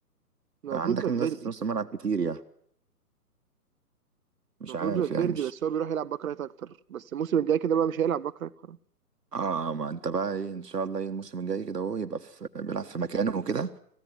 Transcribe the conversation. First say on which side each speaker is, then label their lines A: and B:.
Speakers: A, on the right (about 60°); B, on the right (about 85°).
A: المفروض
B: عندك
A: فالفيردي
B: من ناس في نص الملعب كتير يعني مش
A: المفروض
B: عارف
A: فالفيردي
B: يعني مش
A: بس هو بيروح يلعب باك رايت اكتر بس الموسم الجاي كده بقى مش هيلعب باك رايت خلاص
B: اه ما انت بقى ايه ان شاء الله ايه الموسم الجاي كده هو يبقى في بيلعب في مكانه وكده